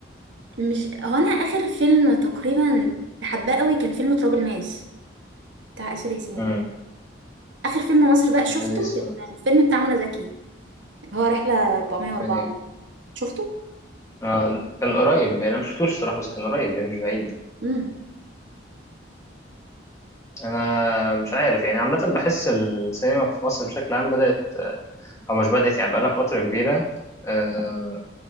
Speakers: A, on the right (about 70°); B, on the left (about 15°).
A: مش هو انا اخر فيلم تقريبا حباه قوي كان فيلم تراب الماس بتاع آسر ياسين
B: مم.
A: اخر فيلم مصري بقى
B: كان
A: شفته
B: لذيذ
A: كان
B: ف...
A: الفيلم بتاع منى زكي اللي هو رحله 404
B: يعني
A: شفته
B: آه كان قريب يعني انا مش شفتوش الصراحه بس كان قريب يعني مش بعيد
A: امم
B: انا مش عارف يعني عامه بحس السينما في مصر بشكل عام بدأت او مش بدأت يعني بقالها فتره كبيره آه